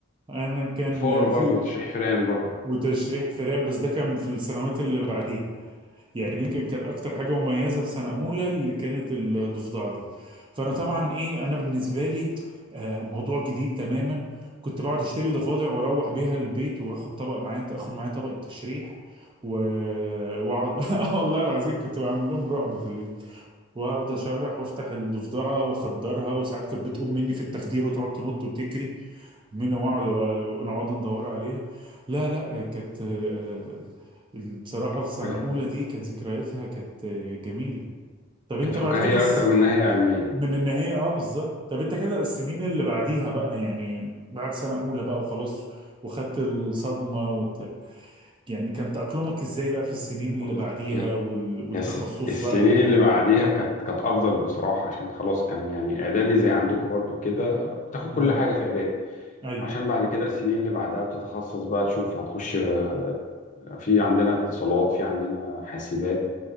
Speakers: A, on the right; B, on the left.
A: انا كان
B: والفار برضو
A: في
B: وتشريح فرقان برضو
A: وتشريح فئران بس ده كان في السنوات اللي بعديها يعني
B: آه،
A: يمكن كان اكتر حاجة مميزة في سنة اولى اللي كانت الضفدعة دي فانا
B: الضفدع
A: طبعا ايه انا بالنسبة لي آه موضوع جديد تماما كنت بقعد اشتري ضفادع واروح بيها البيت واخد طبق معايا اخد معايا طبق التشريح و- واقعد <laughs> والله العظيم كنت بعمل لهم رعب في البيت واقعد اشرح وافتح الضفدعه واخدرها وساعات كانت بتقوم مني في التخدير وتقعد تنط وتجري مني
B: يا نهار
A: واقعد
B: أبيض.
A: نقعد ندور عليها لا لا كانت آه، بصراحه
B: كانت
A: في
B: فكاهة
A: سنه اولى دي كانت ذكرياتها كانت آه، جميله طب انت
B: كانت فكاهية
A: بعد كده س...
B: أكتر من إن هي علمية
A: من النهايه اه بالظبط طب انت كده السنين اللي بعديها بقى يعني بعد سنه اولى بقى وخلاص وخدت الصدمه وت... يعني كان تأقلمك ازاي بقى في السنين اللي
B: والله
A: بعديها
B: هي
A: وال... والتخصص
B: هي الس- السنين
A: بقى وكده
B: اللي بعديها كانت كانت أفضل بصراحة عشان خلاص كان يعني إعدادي زي عندكم برضو كده بتاخد
A: امم
B: كل حاجة في إعدادي
A: ايوه
B: عشان بعد كده السنين اللي بعدها بتتخصص بقى تشوف هتخش آه، في عندنا اتصالات في عندنا حاسبات